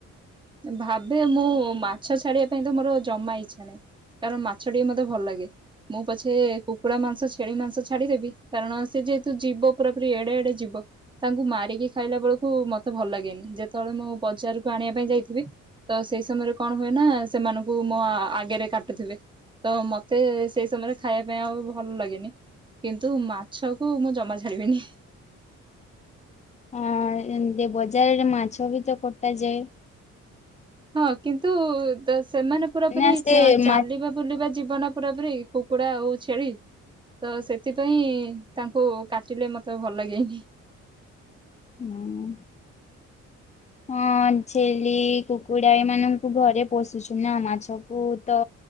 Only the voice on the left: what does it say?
ଅ ଏମତି ବଜାରରେ ମାଛ ବି ତ କଟାଯାଏ।
ନା ସେ
ମା
ହଁ।
ହଁ, ଛେଳି, କୁକୁଡା ଏମାନଙ୍କୁ ଘରେ ପୋଷୁଛୁ ନା, ମାଛକୁ ତ